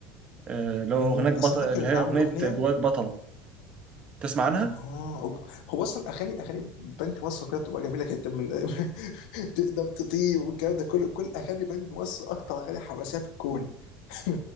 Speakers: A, on the right; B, on the left.
A: آه، اللي هو
B: امم
A: اغنية بطل
B: اصلا فاكر
A: اللي
B: ان
A: هي
B: عامل
A: اغنية
B: اغنيه
A: جواك بطل تسمع عنها؟
B: اها هو اصلا اغاني اغاني بنك مصر كده بتبقى جميله جدا من <laughs> تقدر تطير والكلام ده كله كل اغاني بنك مصر اكتر اغاني حماسيه في الكون <laughs>